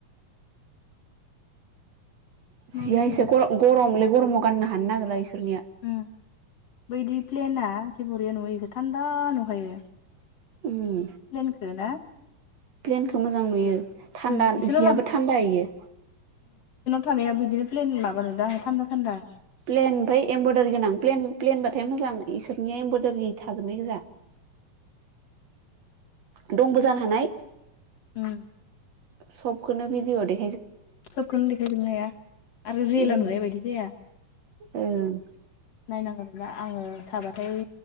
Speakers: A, on the left; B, on the right.
A: नायनांगोन
B: सिया एसे
A: दा
B: गरमलै गरमाव गाननो हानो नागिरला इसोरनिया
A: उम बैदि प्लेना जे बरिया नुयोख थान्दा नुखायो
B: उम
A: प्लेनखो ना
B: प्लेनखौ मोजां नुयो थान्दा
A: उम इसोरनाव
B: जियाबो
A: लाब
B: थान्दा इयो
A: थानायाव बिदिनो प्लेन माबा नुदों आं थान्दा थान्दा।
B: प्लेन ओमफ्राय एमब्रयदारि गोनां प्लेन प्लेनबाथाय मोजां इसोरनिया एमब्रयदारि थाजोबनाय गोजा। <inaudible> दंबो जानो हानाय।
A: उम
B: सबखौनो भिदिअ' दे
A: सबखौनो देखायजोबनो हाया आरो रियेलाव
B: उम
A: नुनाय बायदि जाया
B: ओं
A: नायनांगोनब्ला आङो थाबाथाय